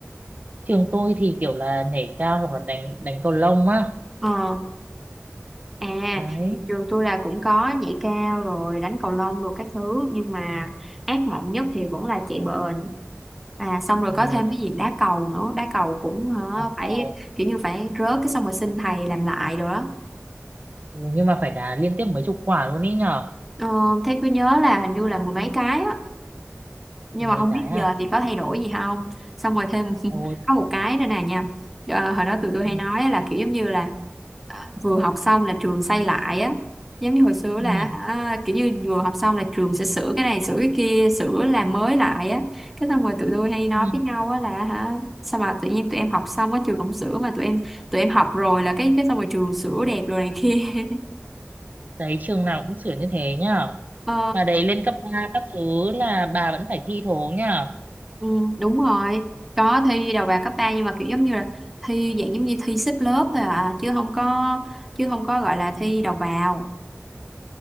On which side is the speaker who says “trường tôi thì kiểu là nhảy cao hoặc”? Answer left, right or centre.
Right